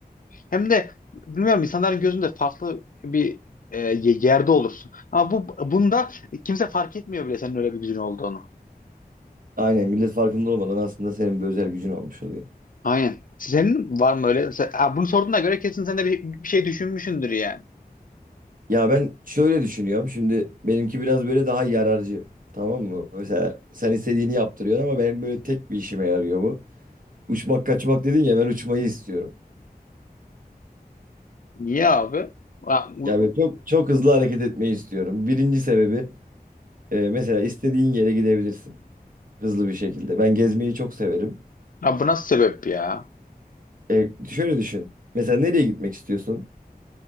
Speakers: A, on the left (about 55°); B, on the right (about 55°).
A: Hem de bilmiyorum insanların gözünde farklı bir e, yerde olursun. Ama bu bunda kimse fark etmiyor bile senin öyle bir gücün olduğunu.
B: Aynen millet farkında olmadan aslında senin bir özel gücün olmuş oluyor.
A: Aynen. Senin var mı öyle? Sen- Ha, bunu sorduğuna göre kesin sen de bir, bir şey düşünmüşsündür yani.
B: Ya ben şöyle düşünüyorum. Şimdi benimki biraz böyle daha yararcı. Tamam mı? Mesela sen istediğini yaptırıyorsun ama benim böyle tek bir işime yarıyor bu. Uçmak kaçmak dedin ya ben uçmayı istiyorum.
A: Niye abi? Ha, bu,
B: Ya böyle çok çok hızlı hareket etmeyi istiyorum. Birinci sebebi e, mesela istediğin yere gidebilirsin. Hızlı bir şekilde. Ben gezmeyi çok severim.
A: ha, bu nasıl sebep ya?
B: E, şöyle düşün. Mesela nereye gitmek istiyorsun?